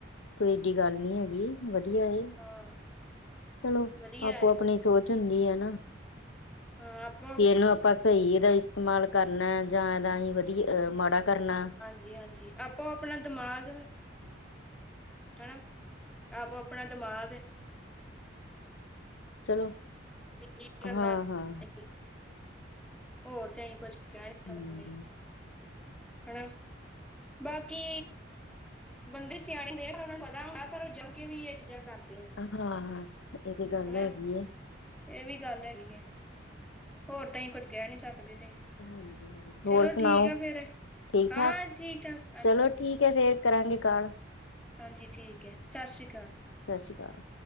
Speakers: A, on the left; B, in the centre.
A: ਕੋਈ ਏਡੀ ਗੱਲ ਨੀ ਹੇਗੀ। ਵਧੀਆ ਏ,
B: ਹਾਂ
A: ਚਲੋ
B: ਵਧੀਆ
A: ਆਪੋ
B: ਹੈ
A: ਆਪਨੀ ਸੋਚ ਹੁੰਦੀ ਐ ਨਾ।
B: ਹਾਂ, ਅਪ
A: ਵੀ ਏਨੂੰ ਆਪਾਂ ਸਈ ਦਾ ਇਸਤੇਮਾਲ ਕਰਨੈ ਜਾਂ ਏਦਾ ਅਹੀ ਵਧੀ ਮਾੜਾ ਕਰਨਾ।
B: ਜੀ, ਹਾਂਜੀ ਆਪੋ ਆਪਣਾ ਦਿਮਾਗ
A: <inaudible>
B: ਹਨਾ, ਆਪੋ ਆਪਨਾ ਦਿਮਾਗ ਐ।
A: ਚਲੋ।
B: ਕੀ ਕਰਨਾ
A: ਹਾਂ ਹਾਂ
B: <unintelligible> ਹੋਰ ਤੇ ਅਹੀਂ ਕੁੱਸ਼ ਕੈ ਨੀ
A: ਹੂੰ
B: ਸਕਦੇ। ਹਨਾ, ਬਾਕੀ ਬੰਦੇ ਸਿਆਣੇ ਦੇ ਉਹਨਾਂ ਨੂੰ ਪਤਾ ਹੁੰਦਾ ਘਰੋਂ ਜਾਣ ਕੇ ਵੀ ਇਹ ਚੀਜਾਂ ਕਰਦੇ ਨੇ
A: ਹਾਂ, ਇਹ ਤੇ ਗੱਲ
B: ਹਨਾ
A: ਹੈਗੀ ਏ
B: ਇਹ ਵੀ ਗੱਲ ਹੈਗੀ ਏ, ਹੋਰ ਤਾਂ ਹੀ ਕੁੱਝ ਕਹਿ ਨੀ ਸਕਦੇ ਤੇ
A: ਹਾਂਜੀ -ਹਾਂਜੀ, ਹੋਰ
B: ਚਲੋ
A: ਸੁਣਾਓ,
B: ਠੀਕ ਆ ਫੇਰ
A: ਠੀਕ
B: ਹਾਂ
A: ਠਾਕ,
B: ਠੀਕ ਠਾਕ ਹਾਂਜੀ
A: ਚਲੋ
B: ਹਾਂਜੀ
A: ਠੀਕ ਹੈ ਫਿਰ ਕਰਾਂਗੇ ਕਾਲ
B: ਹਾਂਜੀ ਠੀਕ ਹੈ ਸਤਿ ਸ਼੍ਰੀ ਅਕਾਲ
A: ਸਤਿ ਸ਼੍ਰੀ ਅਕਾਲ